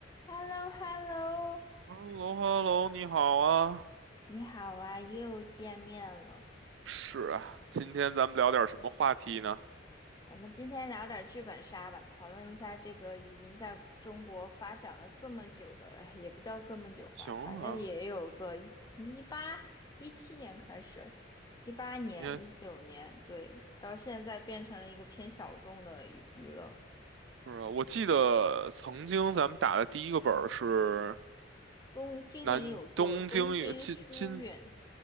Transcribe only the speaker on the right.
h e l l o h e l l o 你好啊。
是啊，今天咱们聊点什么话题呢？
行啊，
因为
是啊，我记得曾经咱们打的第一个本儿是
南东京有金金